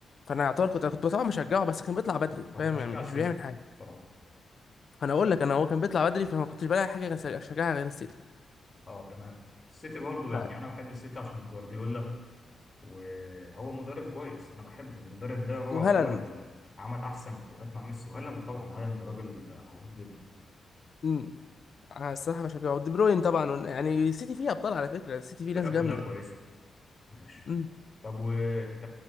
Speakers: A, on the left (about 50°); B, on the left (about 25°).
A: فانا اعتبر كنت كنت طبعا مشجعه بس كان بيطلع بدري فاهم
B: انا كنت بشجع
A: يعني مش
B: السيتي
A: بيعمل حاجه
B: بصراحة
A: انا اقول لك انا هو كان بيطلع بدري فما كنتش بلاقي حاجه كان اشجعها غير السيتي
B: اه تمام السيتي برضه يعني
A: ف...
B: انا بحب السيتي عشان جوارديولا وهو مدرب كويس انا بحبه المدرب ده هو
A: وهالاند
B: يعتبر اللي عمل احسن اوقات مع ميسي وهالاند طبعا هالاند راجل موهوب جدا
A: امم آه، الصراحه بشجعه ودي بروين طبعا ون- يعني السيتي فيه ابطال على فكره السيتي
B: الفرقة
A: فيه ناس جامده
B: كلها كويسة ماشي
A: امم
B: طب وانت